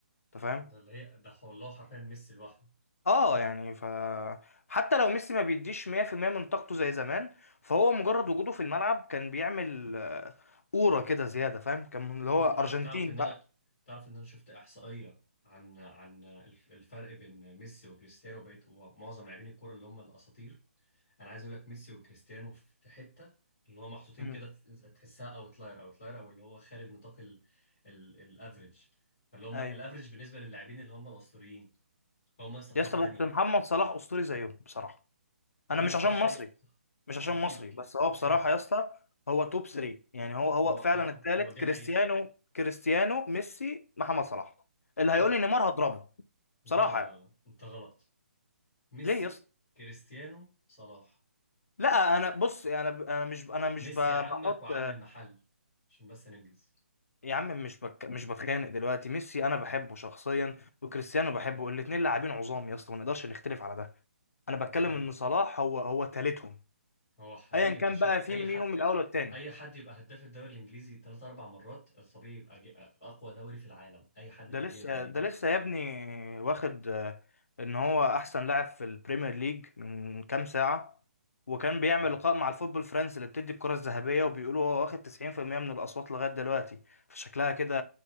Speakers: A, on the left (about 80°); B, on the left (about 25°).
A: انت فاهم
B: ده اللي هي ده والله حرفيا ميسي لوحده
A: اه يعني ف حتى لو ميسي ما بيديش 100% من طاقته زي زمان فهو مجرد وجوده في الملعب كان بيعمل آه، أورا كده زيادة فاهم كان اللي هو
B: مم،
A: ارجنتين
B: على تعرف ان
A: بقى
B: انا تعرف ان انا شفت احصائيه عن عن الف- الفرق بين ميسي وكريستيانو بقيت ومعظم لاعبين الكوره اللي هم الاساطير انا عايز اقول لك ميسي وكريستيانو في حته اللي هو محطوطين
A: مم.
B: كده في- تحسها اوتلاير اوتلاير او اللي هو خارج نطاق ال- ال- الافريج فاللي هم
A: ايوه
B: الافريج بالنسبه للاعبين اللي هم الاسطوريين فهم لسه في
A: يا
B: حته
A: اسطى
B: تانيه
A: بس محمد صلاح اسطوري زيهم بصراحة
B: محمد
A: انا مش
B: صلاح
A: عشان مصري
B: حقيقي
A: مش عشان
B: اكيد
A: مصري
B: اكيد
A: بس هو
B: افهم
A: بصراحه يا اسطى هو توب 3 يعني هو هو
B: هو
A: فعلا
B: هو
A: الثالث
B: هو دي
A: كريستيانو
B: حقيقه
A: كريستيانو ميسي محمد صلاح اللي هيقول
B: لا
A: لي نيمار هضربه
B: لا
A: بصراحه
B: لا لا,
A: يعني.
B: لا. انت غلط ميسي
A: ليه يا اسطى
B: كريستيانو صلاح
A: لا انا بص انا انا مش انا مش
B: ميسي
A: ب-
B: عمك
A: بحط
B: وعم المحل عشان بس ننجز
A: يا عم مش بك مش بتخانق دلوقتي ميسي انا بحبه شخصيا وكريستيانو بحبه
B: مم.
A: الاثنين لاعبين عظام يا اسطى ما نقدرش نختلف على ده انا بتكلم
B: مم.
A: ان صلاح هو هو ثالثهم
B: هو حقيقي
A: ايا كان
B: انت شوف
A: بقى في
B: اي
A: ميهم
B: حد
A: الاول والثاني
B: اي حد يبقى هداف الدوري الانجليزي ثلاث اربع مرات الطبيعي يبقى جي- اقوى دوري في العالم اي حد
A: ده
B: بيجادل
A: لسه
B: ان الدوري
A: ده لسه يا ابني واخد آه، ان هو احسن لاعب في البريمير ليج من كام ساعة وكان بيعمل
B: مم.
A: لقاء مع الفوتبول الفرنسي اللي بتدي الكرة الذهبية وبيقولوا هو واخد 90% من الأصوات لغاية دلوقتي فشكلها كده